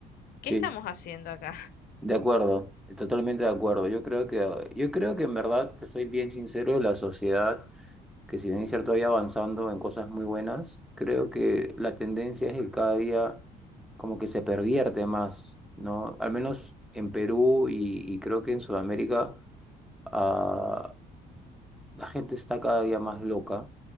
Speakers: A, on the left; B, in the centre.
A: ¿qué
B: sí.
A: estamos haciendo acá?
B: De acuerdo, totalmente de acuerdo. Yo creo que, yo creo que en verdad, te soy bien sincero, la sociedad, que si bien es cierto, vaya avanzando en cosas muy buenas, creo que la tendencia es que cada día como que se pervierte más, ¿no? Al menos en Perú y, y creo que en Sudamérica, ah, la gente está cada día más loca,